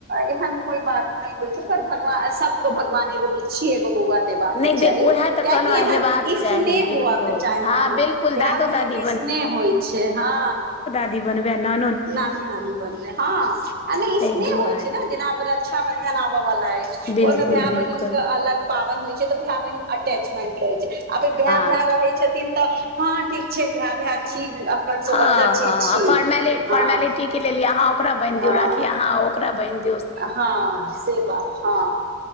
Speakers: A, on the right; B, on the left.
A: एहन कोइ बात नय होइ छै पर भगवान सबक भगवान एगो पुछि एगो बौआ देबाकाे
B: नहि दे
A: चाही
B: उएह
A: कियैकि
B: तऽ कहलहुँ
A: एहन
B: हेबाक
A: इसने
B: चाही बिलकुल
A: हुआ के चाही हँ
B: बिलकुल
A: भाय
B: दादो
A: बहिन
B: दादी
A: में इसने होइ छै हँ
B: दऽ बनबै एना
A: नन नन बन हँ ई
B: ताहि
A: स्नेह
B: दुआरे
A: होइ छय ने जेनारा शक्षा बंधन आबऽ बला आइछ
B: बिलकुल
A: ओहि में भाय
B: बिलकुल
A: बहिनक के अलग पावन होइ छै तऽ भाय बहिन अटैचमेंट रहै छै आ फ़ेर
B: हँ
A: भाय भाय रहै छै छथिन तऽ हँ ठीक छै भाय भाय छी अपन
B: हँ
A: सोहदर छी
B: हँ
A: छी
B: फोर्म फोर्मेलिटी
A: हँ
B: के लेल अहाँ ओकरा बान्हि दियऔ
A: हँ
B: राखी अहाँ ओकरा बान्हि दिय
A: हँ से बात हँ